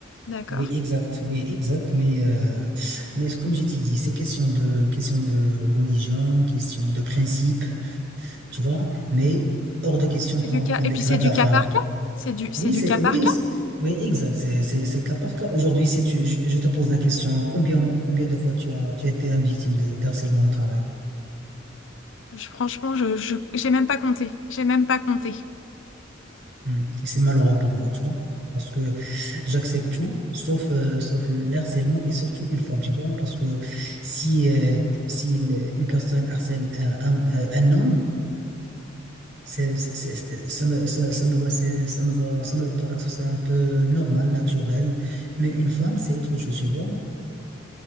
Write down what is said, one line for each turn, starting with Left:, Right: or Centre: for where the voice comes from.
Left: d'accord.
Right: Oui, exact. Oui, exact. Mais, euh, mais comme j'ai dit, c'est question de, question de religion, question de principe, tu vois. Mais hors de question qu'on
Left: C'est du cas,
Right: qu'on
Left: et
Right: dégrade
Left: puis c'est du
Right: la femme.
Left: cas par cas. C'est du, c'est
Right: Oui,
Left: du
Right: c'est
Left: cas
Right: oui,
Left: par cas.
Right: c'est- oui, exact. C'est c'est- c'est cas par cas. Aujourd'hui, si tu, je, je te pose la question, combien, combien de fois tu as, tu as été une victime de d'harcèlement au travail?
Left: Je- franchement, je, je, j'ai même pas compté. J'ai même pas compté.
Right: Hmm. Et c'est malheureux pour moi, tu vois, parce que j'accepte tout, sauf, euh, sauf le harcèlement et surtout une forme, tu vois, parce que si, euh, si le- une personne harcèle euh, un, euh, un homme, c'est, c'est- c'est- ça me, ça, ça me voit, c'est- ça me voit, ça me paraît c'est un peu normal, naturel, mais une femme, c'est autre chose, tu vois.